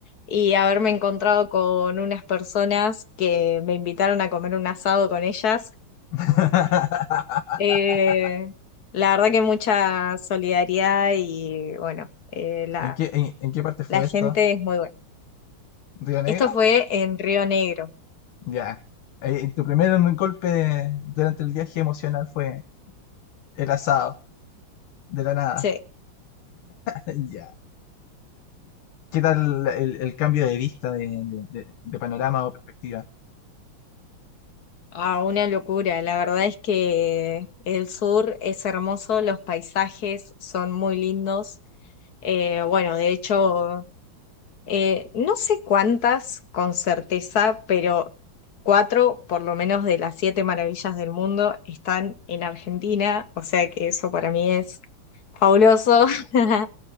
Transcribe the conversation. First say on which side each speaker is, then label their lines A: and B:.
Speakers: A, on the left; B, on the left.
A: y haberme encontrado con unas personas que me invitaron a comer un asado con ellas.
B: <laughs>
A: Eh, la verdad que mucha solidaridad y bueno, eh, la,
B: ¿En qué, en en qué parte fue
A: la gente
B: esto?
A: es muy buena.
B: ¿Río Negro?
A: Esto fue en Río Negro.
B: Ya. Eh, tu primer golpe de- durante el viaje emocional fue el asado, de la nada.
A: Sí.
B: <laughs> Ya. ¿Qué tal el, el cambio de vista de, de- de- de panorama o perspectiva?
A: Ah, una locura. La verdad es que el sur es hermoso, los paisajes son muy lindos. Eh, bueno, de hecho, eh, no sé cuántas con certeza, pero cuatro por lo menos de las siete maravillas del mundo están en Argentina, o sea que eso para mí es fabuloso. <laughs>